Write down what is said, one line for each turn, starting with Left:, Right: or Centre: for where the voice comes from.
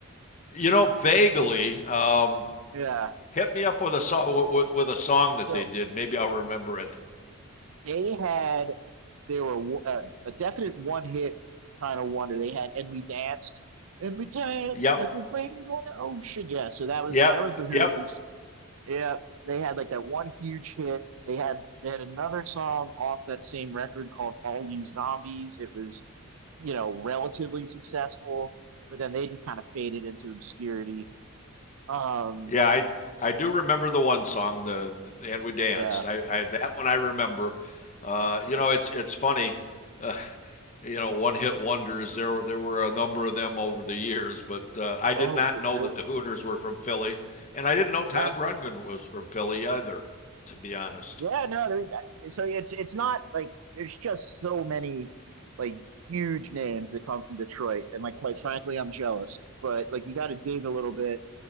Left: You know, vaguely, um,
Right: Yeah.
Left: Hit me up with a song with, with, a song that
Right: So
Left: they did. Maybe I'll remember it.
Right: they had they were a, a definite one hit kind of wonder. They had and we danced and we danced
Left: Yep,
Right: like a wave on the ocean. Yeah, so that was
Left: yep,
Right: that was the Hooters.
Left: yep.
Right: Yeah, they had like that one huge hit. They had they had another song off that same record called "All You Zombies." It was you know relatively successful, but then they just kind of faded into obscurity. Um,
Left: Yeah, I I do remember the one song, the and we danced.
Right: yeah,
Left: I, I that one I remember. Uh, you know, it's it's funny. Uh, you know, one hit wonders. There there were a number of them over the years, but uh, I did
Right: oh
Left: not
Right: for
Left: know
Right: sure.
Left: that the Hooters were from Philly, and I didn't know Todd
Right: Yep.
Left: Rundgren was from Philly either. To be honest.
Right: Yeah, no, there, so it's it's not like there's just so many like huge names that come from Detroit, and like quite frankly, I'm jealous. But like you got to dig a little bit